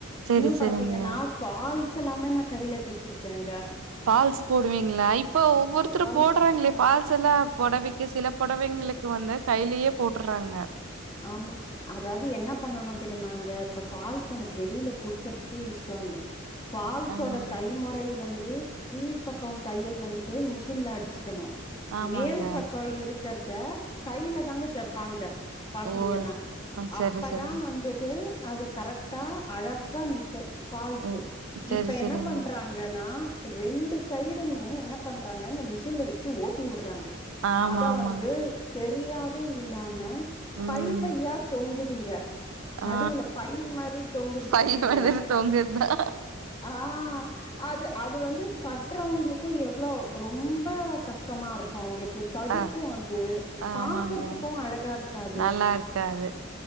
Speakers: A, on the right (about 80°); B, on the left (about 20°).
A: செரி
B: இன்னு
A: செரிங்க
B: பாத்தீங்கன்னா ஃபால்ஸ் எல்லாமே நா கையில தெச்சுருக்கேங்க
A: ஃபால்ஸ் போடுவீங்களா இப்ப ஒவ்வொருத்தரு
B: ஃபால்ஸ்
A: போடுறாங்களே ஃபால்ஸ் எல்லா பொடவெக் சில பொடவைங்களுக்கு வந்து கையிலயே போட்டுறாங்க
B: ஆமா அதாவது என்ன பண்ணணு தெரியுமா அங்க இப்ப ஃபால்ஸ் எனக்கு வெளியில குடுக்கறதுக்கே இஷ்டோ இல்ல ஃபால்ஸோட
A: ஆமாங்க
B: தைமுறை வந்து வே கீழ் பக்கோ தையல் வந்துட்டு மிஷின்ல அடிச்சுக்கணு
A: ஆமாங்க
B: மேல் பக்கோ இருக் இருக்கற்த கையில தாங்க தெப்பாங்க பாத்தீங்கன்னா
A: ஓ ஆ சரி
B: அப்பதா
A: சரி
B: வந்துட்டு அது கரெக்ட்டா அழகா நிக்கு ஃபால்ஸு
A: ஓ சரி
B: இப்போ
A: சரிங்க
B: என்ன பண்றாங்கன்னா ரெண்டு சைடுமே என்ன பண்றாங்க இந்த மிஷின்ல வச்சு ஓட்டி உடுறாங்க
A: ஆமா
B: அத
A: ஆமாங்க
B: வந்து செரி ப்ரியாவே இல்லாம
A: ம்
B: பை பையா தொங்குதுங்க நடுவுல
A: ஆ
B: பைய் மாரி தொங்குது
A: பை
B: பாத்தீங்களா
A: மாதிரி தொங்குதா
B: ஆ அது அது வந்து கட் கட்றவங்களுக்கு எவ்ளோ ரொம்ப கஷ்டமா இருக்கும் அவுங்களுக்கு தடுக்கு
A: ஆ
B: அது
A: ஆமாங்க
B: பாக்குறதுக்கு அழகா இருக்காது
A: நல்லா இருக்கே அது